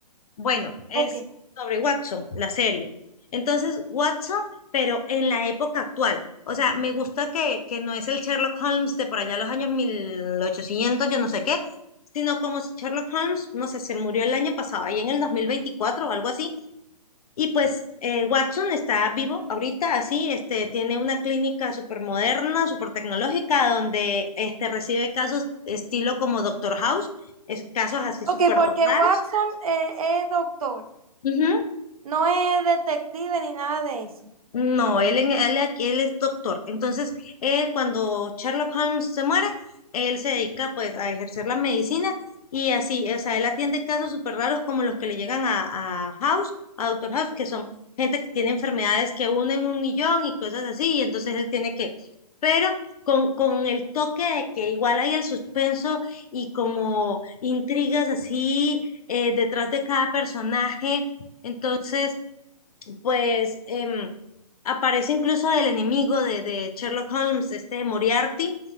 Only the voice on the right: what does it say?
Ok.
Ok,
porque
Watson eh, es doctor,
no es detective ni nada de eso.